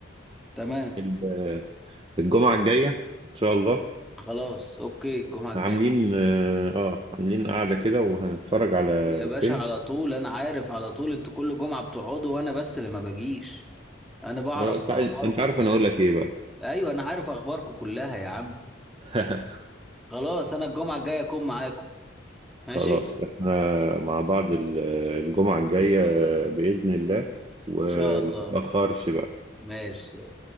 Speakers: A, in the centre; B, on the right (about 30°).
A: تمام
B: ال- الجمعة الجاية ان شاء الله
A: خلاص اوكي الجمعة الجاية
B: عاملين اه آه، عاملين قعدة كده وهنتفرج على
A: يا باشا
B: فيلم
A: على طول انا عارف على طول انتوا كل جمعة بتقعدوا وانا بس اللي ما بجيش انا بعرف
B: آه، انت
A: اخباركم
B: عايز- أنت عارف
A: كلها
B: انا اقول لك ايه بقى
A: ايوه انا عارف اخباركم كلها يا عم
B: <laughs>
A: خلاص انا الجمعة الجاية اكون معاكم ماشي
B: خلاص
A: ان
B: احنا مع بعض ال- الجمعة الجاية بإذن الله وما
A: شاء الله
B: تتأخرش بقى
A: ماشي